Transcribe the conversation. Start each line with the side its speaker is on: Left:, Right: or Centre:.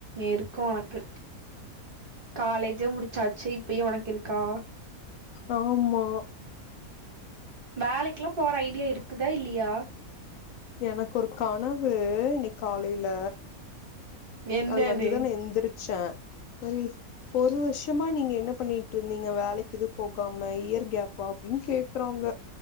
Right: இருக்கு ஒனக்கு காலேஜே முடிச்சாச்சு இப்பயு ஒனக்கிருக்கா
Left: ஆமா
Right: வேலைக்லா போற ஐடியா இருக்குதா இல்லியா
Left: எனக்கு ஒரு கனவு இன்னைக் காலைல
Right: என்னன்னு
Left: அது வந்துதா நா எந்திரிச்சே மாரி ஒரு வர்ஷமா நீங்க என்ன பண்ணிட்ருந்தீங்க வேலைக் எது போகாம இயர் கேப்பா அப்டின் கேக்றாங்க